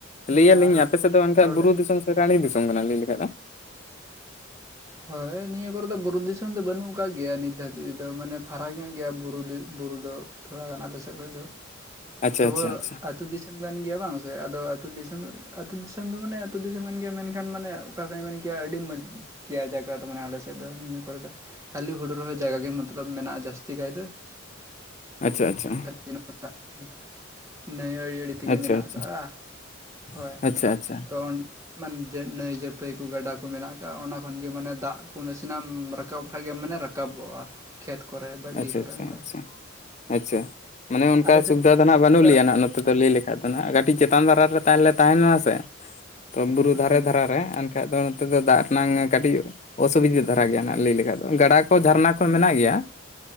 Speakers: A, on the left (about 35°); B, on the right (about 15°).
A: ᱞᱟᱹᱭ
B: ᱢᱟ
A: ᱟᱹᱞᱤᱧ
B: ᱨᱚᱲ
A: ᱟᱯᱮ ᱥᱮᱫ ᱫᱚ ᱢᱮᱱᱠᱷᱟᱡ
B: ᱨᱚᱲ
A: ᱵᱩᱨᱩ
B: ᱵᱮᱱ
A: ᱫᱤᱥᱚᱢ ᱥᱮ ᱴᱟᱹᱰᱤ ᱫᱤᱥᱚᱢ ᱠᱟᱱᱟ ᱞᱟᱹᱭ ᱞᱮᱠᱷᱟᱡ ᱫᱚ?
B: ᱦᱳᱭ ᱱᱤᱭᱟᱹ ᱠᱚᱨᱮ ᱫᱚ ᱵᱩᱨᱩ ᱫᱤᱥᱚᱢ ᱫᱚ ᱵᱟᱹᱱᱩᱜ ᱟᱠᱟᱜ ᱜᱮᱭᱟ ᱱᱤᱛ ᱫᱷᱟᱹᱵᱤᱡ ᱫᱚ ᱢᱟᱱᱮ ᱯᱷᱟᱨᱟᱠ ᱧᱚᱜ ᱜᱮᱭᱟ ᱵᱩᱨᱩ ᱫᱤᱜ ᱵᱩᱨᱩ ᱫᱚ ᱛᱷᱚᱲᱟ ᱜᱟᱱ ᱟᱞᱮ ᱥᱮᱫ ᱠᱷᱚᱡ ᱫᱚ
A: ᱟᱪᱪᱷᱟ
B: ᱛᱚᱵᱮ
A: ᱟᱪᱪᱷᱟ ᱟᱪᱪᱷᱟ
B: ᱟᱹᱛᱩ ᱫᱤᱥᱚᱢ ᱠᱟᱱ ᱜᱮᱭᱟ ᱵᱟᱝ ᱥᱮ ᱟᱫᱚ ᱟᱹᱛᱩ ᱫᱤᱥᱚᱢ ᱟᱹᱛᱩ ᱫᱤᱥᱚᱢ ᱫᱚ ᱢᱟᱱᱮ ᱟᱹᱛᱩ ᱫᱤᱥᱚᱢᱮᱱ ᱜᱮᱭᱟ ᱢᱮᱱᱠᱷᱟᱱ ᱢᱟᱱᱮ ᱚᱠᱟ ᱠᱟᱧ ᱢᱮᱱ ᱠᱮᱭᱟ ᱟᱹᱰᱤ ᱢᱚᱡᱽ ᱠᱮᱭᱟ ᱡᱟᱠᱟᱛ ᱢᱟᱱᱮ ᱟᱞᱮ ᱥᱮᱫ ᱫᱚ ᱱᱤᱭᱟᱹ ᱠᱚᱨᱮ ᱫᱚ ᱠᱷᱟᱹᱞᱤ ᱦᱩᱲᱩ ᱨᱚᱦᱚᱭ ᱡᱟᱭᱜᱟ ᱜᱮ ᱱᱚᱛᱮ ᱫᱚ ᱢᱮᱱᱟᱜ-ᱟ ᱡᱟᱹᱥᱛᱤ ᱠᱟᱭ ᱫᱚ ᱾
A: ᱟᱪᱷᱟ ᱟᱪᱷᱟ ᱾
B: <unintelligible> ᱱᱟᱹᱭ ᱟᱲᱭᱟᱹ ᱟᱲᱭᱟᱹ ᱛᱮᱜᱮ
A: ᱟᱪᱪᱷᱟ
B: ᱢᱮᱱᱟᱜ
A: ᱟᱪᱪᱷᱟ
B: ᱟᱠᱟᱜᱼᱟ ᱦᱳᱭ
A: ᱟᱪᱪᱷᱟ ᱟᱪᱪᱷᱟ
B: ᱛᱚ ᱚᱱ ᱢᱟᱱᱮ ᱱᱟᱹᱭ ᱡᱟᱹᱯᱟᱹᱭ ᱠᱚ ᱜᱟᱰᱟ ᱠᱚ ᱢᱮᱱᱟᱜ ᱟᱠᱟᱜ ᱚᱱᱟ ᱠᱷᱚᱱ ᱜᱮ ᱢᱟᱱᱮ ᱫᱟᱜ ᱠᱚ ᱱᱟᱥᱮᱱᱟᱜ ᱮᱢ ᱨᱟᱠᱟᱵ ᱠᱷᱟᱱ ᱜᱮ ᱢᱟᱱᱮ ᱨᱟᱠᱟᱵᱚᱜᱼᱟ ᱠᱷᱮᱛ ᱠᱚᱨᱮ ᱵᱟᱲᱜᱮ
A: ᱟᱪᱪᱷᱟ
B: ᱠᱚᱨᱮ
A: ᱟᱪᱪᱷᱟ
B: ᱚᱱᱠᱟ
A: ᱟᱪᱪᱷᱟ ᱟᱪᱪᱷᱟ ᱢᱟᱱᱮ ᱚᱱᱠᱟ
B: ᱟᱞᱮ
A: ᱥᱩᱠ
B: ᱥᱮᱫ
A: ᱫᱚ ᱟᱫᱚ ᱱᱟᱜ ᱵᱟᱹᱱᱩᱜ
B: ᱚᱱᱠᱟ
A: ᱞᱮᱭᱟ ᱱᱟᱜ ᱱᱚᱛᱮ ᱫᱚ ᱞᱟᱹᱭ ᱞᱮᱠ ᱮᱱᱠᱷᱟᱡ ᱫᱚ ᱱᱟᱜ ᱠᱟᱹᱴᱤᱡ ᱪᱮᱛᱟᱱ ᱫᱷᱟᱨᱟ ᱨᱮ ᱛᱟᱦᱮᱞᱮ ᱛᱟᱦᱮ ᱞᱮᱱᱟ ᱥᱮ ᱛᱚ ᱵᱩᱨᱩ ᱫᱷᱟᱨᱮ
B: ᱦᱩᱸ
A: ᱫᱷᱟᱨᱟ ᱨᱮ ᱮᱱᱠᱷᱟᱡ ᱫᱚ ᱱᱚᱛᱮ ᱫᱚ ᱫᱟᱜ ᱨᱮᱱᱟᱜᱝ ᱠᱟᱹᱴᱤᱡ ᱚᱥᱩᱵᱤᱫᱟ ᱫᱷᱟᱨᱟ ᱜᱮᱭᱟ ᱱᱟᱜ ᱞᱟᱹᱭ ᱞᱮᱠᱷᱟᱡ ᱫᱚ ᱜᱟᱰᱟ ᱠᱚ ᱡᱷᱟᱨᱱᱟ ᱠᱚ ᱢᱮᱱᱟᱜ ᱜᱮᱭᱟ ᱾